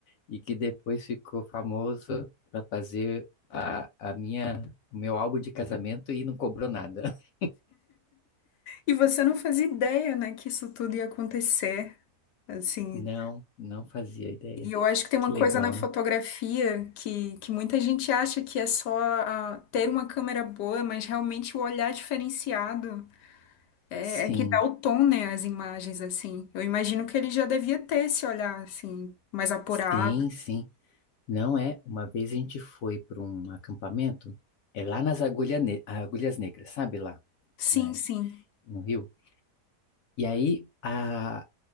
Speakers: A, on the left; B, on the left.
A: e que depois ficou famoso para fazer a, a minha, o meu álbum de casamento e não cobrou nada. <laughs>
B: E você não fazia ideia, né, que isso tudo ia acontecer, assim.
A: Não, não fazia ideia.
B: E eu acho que tem uma
A: Que legal,
B: coisa na fotografia
A: né?
B: que, que muita gente acha que é só ah, ter uma câmera boa, mas realmente o olhar diferenciado é,
A: Sim,
B: é que dá o tom, né, às imagens, assim. Eu imagino que ele já devia ter esse olhar, assim, mais apurado.
A: sim, sim. Não é? Uma vez a gente foi para um acampamento, é lá nas Agulha Ne- Agulhas Negras, sabe lá,
B: Sim,
A: né?
B: sim.
A: No Rio. E aí a